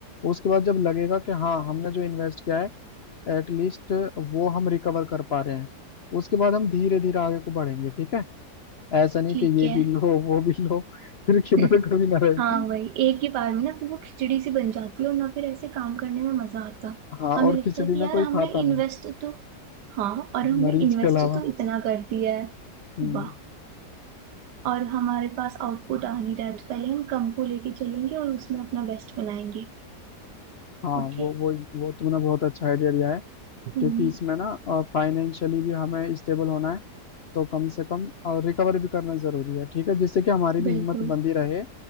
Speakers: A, on the left (about 60°); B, on the right (about 80°).
A: उसके बाद जब लगेगा कि हाँ हमने जो इन्वेस्ट किया है एटलीस्ट वो हम रिकवर कर पा रहे हैं उसके बाद हम धीरे धीरे आगे को बढ़ेंगे ठीक है ऐसा नहीं
B: ठीक
A: कि ये
B: है
A: भी लो वो भी लो <laughs> फिर
B: <laughs>
A: किधर कभी ना रहे
B: हाँ वही एक ही बार में ना फिर वो खिचड़ी सी बन जाती है और ना फिर ऐसे काम करने में मजा आता
A: हाँ
B: हमें
A: और
B: लगता
A: खिचड़ी
B: है कि
A: ना
B: यार
A: कोई
B: हमने
A: खाता नहीं
B: इन्वेस्ट तो हाँ और हमने
A: मरीज
B: इन्वेस्ट
A: के अलावा
B: तो इतना कर दिया है
A: हम्म
B: वाह और हमारे पास आउटपुट आ नहीं रहा है तो पहले हम कम को लेके चलेंगे और उसमें अपना बेस्ट बनाएंगे
A: हाँ
B: ओके
A: वो वो वो तुमने बहुत अच्छा आइडिया दिया है
B: हम्म
A: क्योंकि इसमें ना फाइनेंशियली भी हमें स्टेबल होना है तो कम से कम और रिकवर भी करना जरूरी है ठीक है जिससे कि हमारी भी
B: बिल्कुल
A: हिम्मत बंधी रहे